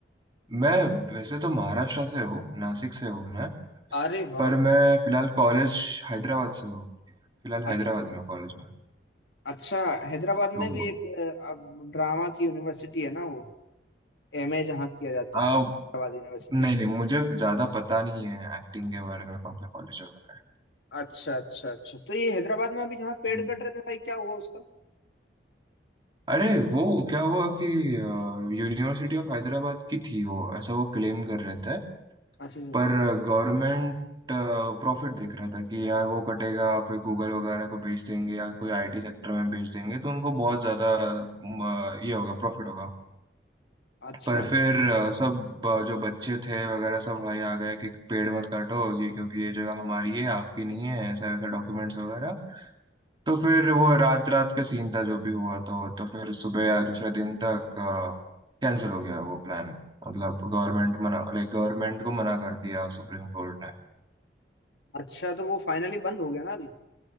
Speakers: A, on the right; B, on the left.
A: मैं वैसे तो महाराष्ट्र से हूँ नासिक से हूँ मैं
B: अरे वाह
A: पर
B: वाह
A: मैं फिलहाल कॉलेज हैदराबाद से हूँ फिलहाल
B: अच्छा
A: हैदराबाद
B: अच्छा अच्छा
A: में हूँ कॉलेज में
B: अच्छा, हैदराबाद में
A: तो
B: भी एक अ, अब ड्रामा की यूनिवर्सिटी है ना वो एमए जहाँ किया जाता
A: आ,
B: है हैदराबाद यूनिवर्सिटी
A: नहीं नहीं मुझे ज़्यादा पता नहीं है एक्टिंग के बारे में कौन सा कॉलेज वगैरह
B: अच्छा अच्छा अच्छा तो ये हैदराबाद में अभी जहाँ पेड़
A: है
B: कट रहे थे भाई क्या हुआ उसका
A: अरे वो क्या हुआ कि यूनिवर्सिटी ऑफ हैदराबाद की थी वो ऐसा वो क्लेम कर रहे थे
B: अच्छा अच्छा
A: पर गवर्नमेंट प्रॉफिट देख रहा था कि यार वो कटेगा फिर गूगल वगैरह को बेच देंगे या कोई आईटी सेक्टर में बेच देंगे तो उनको बहुत ज़्यादा अ, ये होगा प्रॉफिट होगा
B: अच्छा
A: पर फिर अ, सब अ, जो बच्चे थे वगैरह सब भाई आ गए कि पेड़ मत काटो ये क्योंकि ये जगह हमारी है आपकी नहीं है ऐसा वैसा डॉक्यूमेंट्स वगैरह तो फिर वो रात रात का सीन था जो भी हुआ तो तो फिर सुबह या दूसरे दिन तक कैंसिल हो गया वो प्लान मतलब गवर्नमेंट मना लाइक गवर्नमेंट को मना कर दिया सुप्रीम कोर्ट ने
B: अच्छा तो वो फाइनली बंद हो गया ना अभी